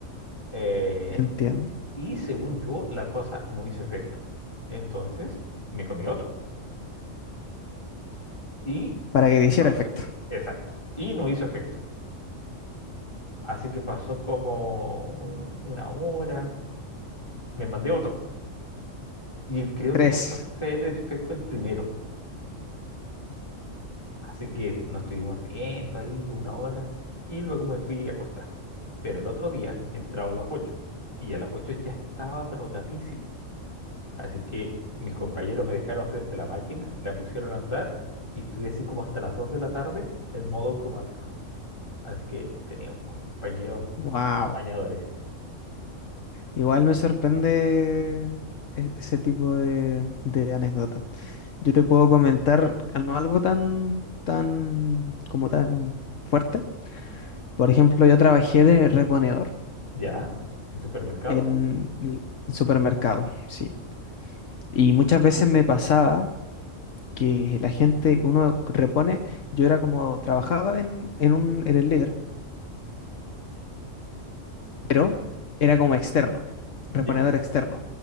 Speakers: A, on the left (about 20°); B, on the left (about 75°).
A: Eh,
B: entiendo.
A: Y según yo, la cosa no hizo efecto. Entonces, me comí otro. Y
B: Para que te hiciera
A: no hizo
B: efecto.
A: efecto. Exacto. Y no hizo efecto. Así que pasó como un- una hora. Me mandé otro. Y creo
B: Tres.
A: que empezó a hacer el efecto el primero. Así que nos estuvimos riendo ahí una hora. Y luego me fui a acostar. Pero el otro día entraba a las ocho Y a las 8 ya estaba drogadísimo. Así que mis compañeros me dejaron frente a la máquina, la pusieron a andar y estuve así como hasta las 2 de la tarde en modo automático. Así que tenía compañeros
B: Wow.
A: apañadores.
B: Igual me sorprende e- ese tipo de, de anécdota. Yo te puedo comentar al- no algo tan, tan, como tan fuerte. Por ejemplo, yo trabajé de reponedor
A: ¿Ya? ¿En supermercado?
B: en el supermercado, sí. Y muchas veces me pasaba. que la gente, uno repone, yo era como, trabajaba en, en un, en el líder, pero era como externo, reponedor
A: Ya.
B: externo.